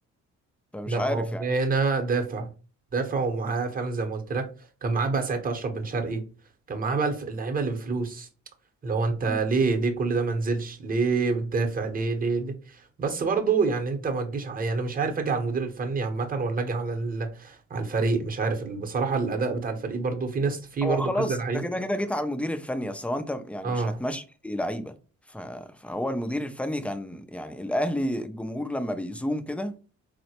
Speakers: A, in the centre; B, on the right.
A: فمش
B: لا
A: عارف
B: هو هنا دافع دافع ومعاه فعلا زي ما قلت لك كان معاه بقى ساعتها اشرف بن شرقي كان معاه بقى الف- اللعيبه اللي بفلوس اللي هو انت
A: يعني
B: ليه ليه كل ده ما نزلش ليه بتدافع ليه ليه ليه بس برضو يعني انت ما تجيش ع- يعني مش عارف اجي على المدير الفني عامه ولا اجي على ال... على الفريق مش عارف ال- بصراحه الاداء بتاع الفريق برضو في ناس في
A: هو
B: برضو
A: خلاص
B: كذا لعيب
A: انت كده كده جيت على المدير الفني اصل هو انت يعني
B: اه
A: مش هتمشي لعيبه ف- فهو المدير الفني كان يعني الاهلي الجمهور لما بيزوم كده